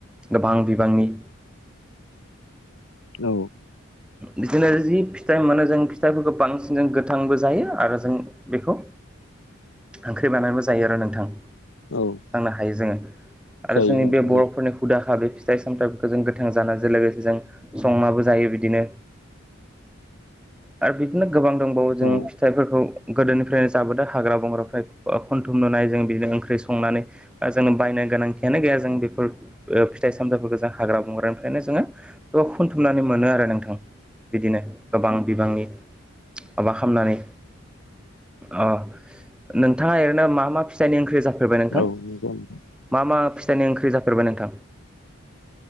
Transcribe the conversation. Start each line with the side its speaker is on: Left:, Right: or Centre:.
Centre: गोबां बिबांनि
Left: औ।
Centre: बिदिनो जि फिथाइ मोनो जों फिथाइफोरखौ बांसिन जों गोथांबो जायो आरो जों बेखौ
Left: <inaudible>
Centre: ओंख्रि बानानैबो जायो आरो नोंथां
Left: औ
Centre: जानो हायो जोङो। आरो
Left: जायो
Centre: जोंनि
Left: नोंथां
Centre: बे बर'फोरनि
Left: जायो
Centre: हुदाखा बे फिथाइ सामथायाइफोरखौ जों गोथां जानानै जों संनाबो जायो बिदिनो <unintelligible> बिदिनो गोबां दंबावो जों
Left: औ
Centre: फिथाइफोरखौ गोदोनिफ्रायनो जाबोदों हाग्रा बंग्राफ्र खनथुम नुनाय जों बिदिनो ओंख्रि संनानै बा जोङो बायनाय गोनांथियानो गैया जों बेफोर फिथाइ सामथाइफोरखौ जों हाग्रा बंग्रानिफ्रायनो जोङो खनथुमनानै मोनो आरो नोंथां बिदिनो गोबां बिबांनि माबा खालामनानै अ नोंथाङा ओरैनो मा मा फिसानि ओंख्रि जा फेरबाय नोंथां
Left: औ नंगौ नोंथां
Centre: मा मा फिथाइनि ओंख्रि जाफेरबाय नोंथां।